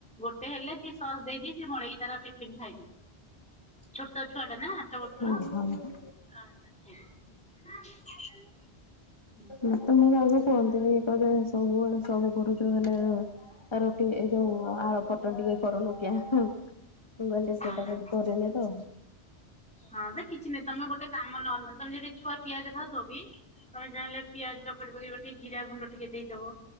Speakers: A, in the centre; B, on the left.
A: ଗୋଟେ ହେଲେ ସିଏ ସସ୍ ଦେଇ ଦିଏ ସେ ମଡ଼େଇକି ତାର ଟିପନ୍ ଖାଇଦିଏ। ଛୋଟ ଛୁଆ ଟା ନା ଆଠ ବର୍ଷର
B: ହଁ ହଁ
A: <unintelligible>
B: ମତେ ବି ଲାଗୁଛି ଏନ୍ତି ହେଇପାରେ ସବୁବେଳେ ସବୁ କରୁଛ ହେଲେ ରୁଟି ଏ ଯୋଉ ଆଳୁ ପରଟା ଟିକେ କରଲୋ କିଆଁ ମୁଁ କହିଲି
A: ହଁ।
B: ସେଟା
A: ହଁ।
B: କେବେ କରିନି ତ
A: ହଁ ଯେ କିଛି ନାଇଁ ତମେ ଗୋଟେ କାମ ନର୍ମାଲ ତମେ ଯେବେ ଛୁଆ ପିଆଜ ଖାଉଥିବ ବି ତମେ ଯାହାଲେ ପିଆଜ ଚକଟିବ ଇଏ ଗୋଟେ ଜିରା ଗୁଣ୍ଡ ଟିକେ ଦେଇଦେବ।